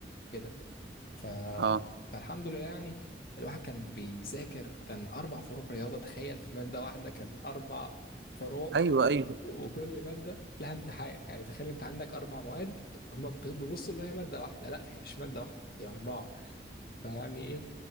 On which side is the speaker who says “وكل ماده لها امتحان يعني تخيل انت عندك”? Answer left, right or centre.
Left